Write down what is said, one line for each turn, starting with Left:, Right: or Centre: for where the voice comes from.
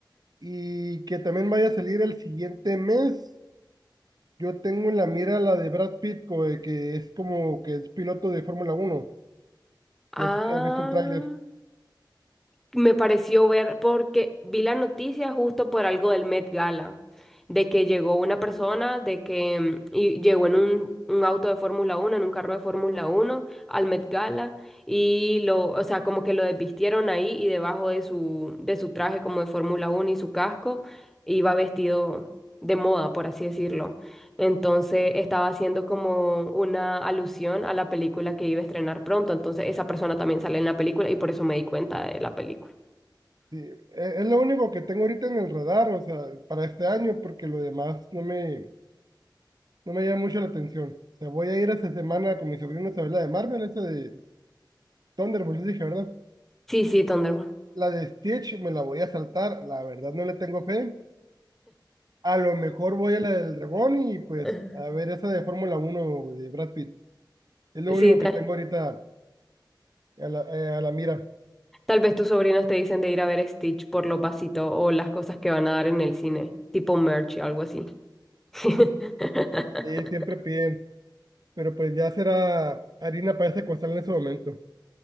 Right: Y que también vaya a salir el siguiente mes. Yo tengo en la mira la de Brad Pitt, co- eh, que es como que es piloto de Fórmula Uno
Centre: Ah.
Right: No sé si has visto el tráiler.
Centre: me pareció ver, porque vi la noticia justo por algo del Met Gala, de que llegó una persona, de que mm, y llegó en un, un auto de Fórmula uno en un carro de Fórmula uno al Met Gala, y lo, o sea, como que lo desvistieron ahí y debajo de su, de su traje como de Fórmula uno y su casco, iba vestido de moda, por así decirlo. Entonces estaba haciendo como una alusión a la película que iba a estrenar pronto. Entonces esa persona también sale en la película y por eso me di cuenta de la película.
Right: Sí, e- es lo único que tengo ahorita en el radar, o sea, para este año, porque lo demás no me, no me llama mucho la atención. O sea, voy a ir esta semana con mi sobrino a ver la de Marvel, esa de Thunderbolts, dije, ¿verdad?
Centre: Sí, sí, Thunderbolt.
Right: La la de Stitch me la voy a saltar, la verdad no le tengo fe. A lo mejor voy a la del dragón y pues
Centre: Ajá.
Right: a ver esa de Fórmula uno de Brad Pitt. Es lo
Centre: Sí,
Right: único
Centre: ta-
Right: que tengo ahorita a la, eh, a la mira.
Centre: tal vez tus sobrinos te dicen de ir a ver Stitch por los vasitos o las cosas que van a dar en el cine, tipo merch o algo así. <laughs>
Right: Eh, siempre piden, pero pues ya será harina para ese costal en ese momento.